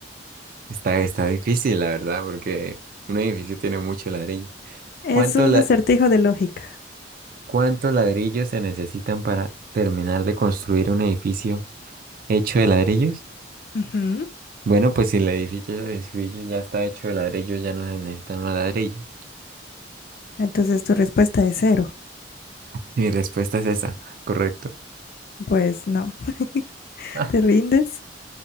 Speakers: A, on the right; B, on the left.
A: está, está difícil, la verdad, porque un edificio tiene mucho ladrillo.
B: Es
A: ¿Cuántos
B: un
A: la-
B: acertijo de lógica.
A: cuántos ladrillos se necesitan para terminar de construir un edificio hecho de ladrillos?
B: Ujú.
A: Bueno, pues si el edificio, el edificio ya está hecho de ladrillos, ya no se necesitan más ladrillos.
B: Entonces tu respuesta es cero.
A: Mi respuesta es esa, correcto.
B: Pues no. <laughs>
A: Ah,
B: ¿Te rindes?